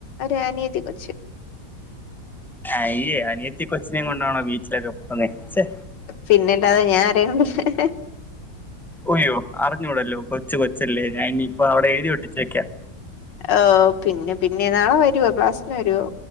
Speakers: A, on the left; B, in the centre.
A: ഒര് അനിയത്തികൊച്ച്
B: അയ്യെ അനിയത്തികൊച്ചിനേം കൊണ്ടാണോ ബീച്ചിലൊക്കെപോന്നേ ച്ചെ
A: പിന്നെല്ലാതെ ഞാ ആരേം കൊണ്ടാ
B: ഉയ്യൊ അറിഞ്ഞൂടല്ലോ കൊച്ചുകൊച്ചല്ലേ ഞാനിയിപ്പോവിടെ എഴുതിഒട്ടിച്ചേക്കാം
A: ഓഹ്‌ പിന്നെപിന്നെ വരുവോ ക്ലാസ്സിന് വരുവോ?